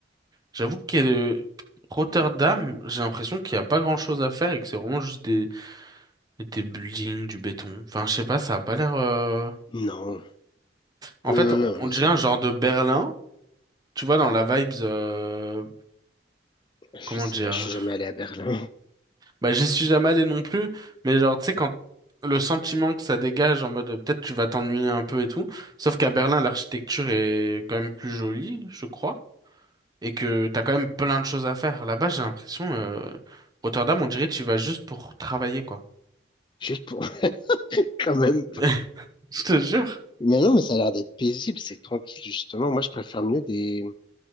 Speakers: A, on the right; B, on the left.
A: j'avoue que euh, Rotterdam, j'ai l'impression qu'il n'y a pas grand-chose à faire et que c'est vraiment juste des Des buildings, du béton. Enfin, je sais pas, ça a pas l'air. euh,
B: non,
A: En
B: non,
A: fait,
B: non,
A: on
B: non,
A: on
B: ils
A: dirait
B: ont,
A: un genre de Berlin. Tu vois, dans la vibes. euh,
B: je
A: Comment
B: sais
A: dire?
B: pas, je suis jamais allé à Berlin. <laughs>
A: Bah, j'y suis jamais allé non plus. Mais genre, tu sais, quand le sentiment que ça dégage en mode euh, peut-être tu vas t'ennuyer un peu et tout. Sauf qu'à Berlin, l'architecture est quand même plus jolie, je crois. Et que t'as quand même plein de choses à faire. Là-bas, j'ai l'impression. euh, Rotterdam, on dirait tu y vas juste pour travailler, quoi.
B: Juste pour <laughs> quand même
A: <laughs> Je te jure.
B: Mais non, mais ça a l'air d'être paisible, c'est tranquille, justement. Moi, je préfère mieux des,